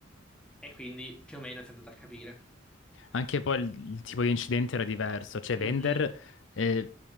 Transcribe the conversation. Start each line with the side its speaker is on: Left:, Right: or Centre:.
Centre: e quindi più o meno si è andato a capire.
Left: Anche poi il, il tipo di incidente era diverso, cioè
Centre: Mhm,
Left: Vender eh,